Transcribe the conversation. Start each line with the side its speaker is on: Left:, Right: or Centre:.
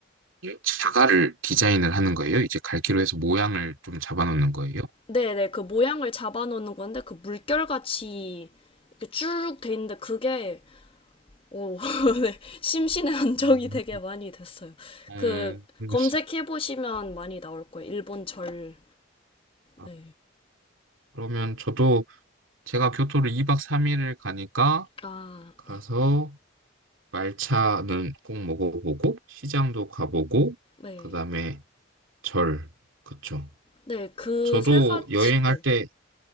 Right: 자갈을 디자인을 하는 거예요? 이제 갈기로 해서 모양을 좀 잡아놓는 거예요?
Left: 네네, 그 모양을 잡아놓는 건데, 그 물결같이 이렇게 쭉 돼 있는데, 그게, 오, <laughs> 네, 심신의 안정이
Right: 음,
Left: 되게 많이 됐어요.
Right: 어,
Left: 그,
Right: 그습니
Left: 검색해보시면 많이 나올 거예요. 일본 절.
Right: 다
Left: 네.
Right: 그러면 저도 제가 교토를 2박 3일을 가니까
Left: 아,
Right: 가서
Left: 네.
Right: 말차는 꼭 먹어보고 시장도 가보고
Left: 네.
Right: 그다음에 절 그쵸
Left: 네, 그
Right: 저도
Left: 세 가지.
Right: 여행할
Left: 네.
Right: 때,